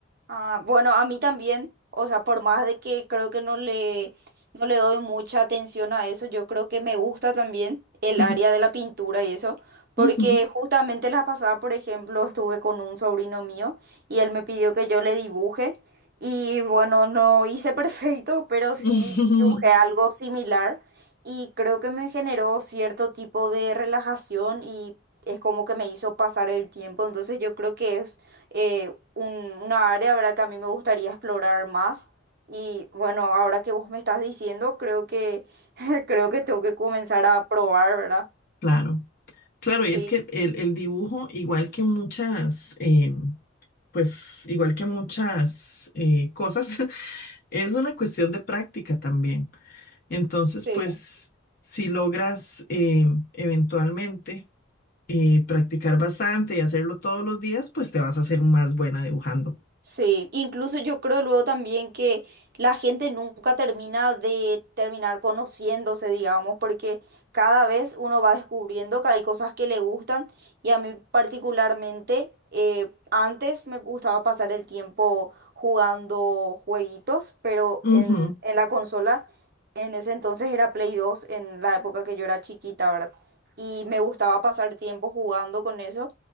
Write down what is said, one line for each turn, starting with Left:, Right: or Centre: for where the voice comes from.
Right: Ah, bueno, a mí también, o sea, por más de que creo que no le, no le doy mucha atención a eso, yo creo que me gusta también el
Left: <laughs>
Right: área de la pintura y eso, porque
Left: Ujú.
Right: justamente la pasada, por ejemplo, estuve con un sobrino mío y él me pidió que yo le dibuje y bueno, no hice <laughs> perfecto, pero sí
Left: Ujú.
Right: dibujé algo similar y creo que me generó cierto tipo de relajación y es como que me hizo pasar el tiempo, entonces yo creo que es eh, un- una área, ¿verdad? que a mí me gustaría explorar más. Y bueno, ahora que vos me estás diciendo, creo que <laughs> creo que tengo que comenzar a probar, ¿verdad?
Left: Claro, claro, y
Right: Sí.
Left: es que el, el dibujo, igual que muchas, em, pues igual que muchas eh, cosas, <laughs> Es una cuestión de práctica también. Entonces,
Right: Sí.
Left: pues, si logras eh, eventualmente eh, practicar bastante y hacerlo todos los días, pues te vas a hacer más buena dibujando.
Right: Sí, incluso yo creo luego también que la gente nunca termina de terminar conociéndose, digamos, porque cada vez uno va descubriendo que hay cosas que le gustan y a mí particularmente eh, antes me gustaba pasar el tiempo jugando jueguitos, pero en,
Left: Ujú,
Right: en la consola en ese entonces era Play 2 en la época que yo era chiquita, ¿verdad? Y me gustaba pasar tiempo jugando con eso.